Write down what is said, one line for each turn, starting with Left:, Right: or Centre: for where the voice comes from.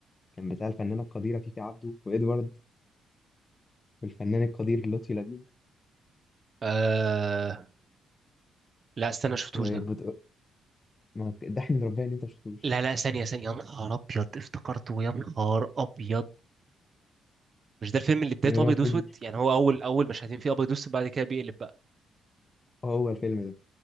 Left: كان بتاع الفنانه القديره فيفي عبده وادوارد والفنان القدير لطفي لبيب
Right: آه. لا استنى شفتوش
Left: وبت...
Right: ده
Left: ما هو ضحك من ربنا ان انت ما شفتوش
Right: لا لا ثانية ثانية يا نهار أبيض افتكرته يا نهار أبيض مش ده الفيلم اللي بدايته
Left: الفيلم ده
Right: أبيض
Left: المفروض
Right: وأسود يعني هو أول أول مشهدين فيه أبيض وأسود بعد كده بيقلب بقى
Left: هو الفيلم ده